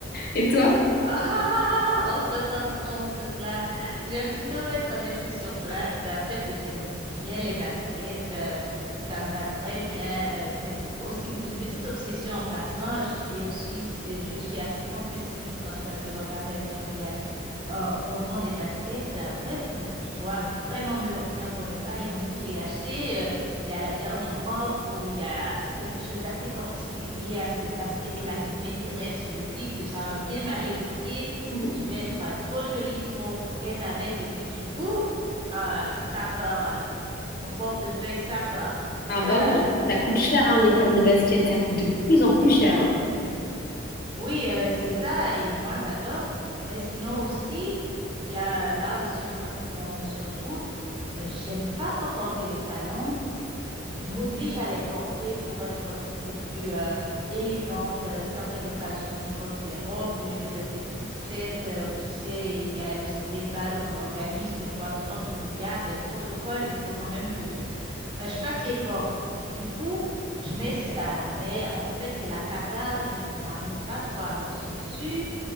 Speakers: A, on the left; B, on the right.
A: Et toi?
B: Ah, <laughs> ah, ah, ah, on se ressemble trop, on se cela. J'aime plutôt mettre des chaussures plates. En fait, j'aime bien les baskets. euh, ça me va très bien. Euh, c'est aussi m- une petite obsession en passant. J'ai aussi, euh, je suis assez compulsive quand je passe devant un magasin où il y a euh, où on vend des baskets, en fait, je dois vraiment me retenir pour ne pas y entrer et acheter. Euh, il y a la dernière marque où il y a quelque chose d'assez particulier à ces baskets-là qui m'intéresse. Je dis que ça va bien m'aller aux pieds.
A: <laughs>
B: Je vais être euh, trop jolie, trop coquette avec. Et puis du coup, euh, ça part. euh, mon portefeuille, ça part.
A: Ah bah
B: Euh,
A: oui, en plus, ça coûte cher, hein, les paires de baskets. Ça coûte de plus en plus cher. hein.
B: Oui, euh, c'est ça, et moi j'adore. Mais sinon aussi, il y a là aussi un point commun où on se retrouve. Euh, J'aime pas trop porter les talons. Je m'oblige à les porter pour être un petit peu plus euh, élégante. Euh, certaines occasions, je porte des robes ou je vais dans des petites fêtes. euh, tu sais, il y a aussi des bals qu'on organise que je dois m'y rendre. Je me dis, ah, c'est le protocole, il faut quand même que euh, je fasse l'effort. Du coup, je mets ça, mais en fait, c'est la cata, je n'arrive pas trop à marcher dessus.